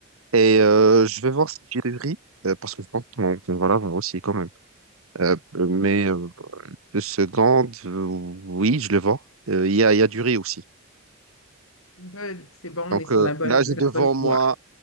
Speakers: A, on the right (about 75°); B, on the left (about 75°).
A: Et euh, je vais voir si j'ai du riz, euh, parce que je pense qu'on qu'on va l'avoir aussi quand même. Euh, mais euh, deux secondes, euh, oui, je le vois. Euh, Il y a, il y a du riz aussi.
B: Good, c'est bon, on
A: Donc
B: est sur
A: euh,
B: la bonne,
A: là, j'ai
B: la
A: devant
B: bonne
A: moi,
B: voie.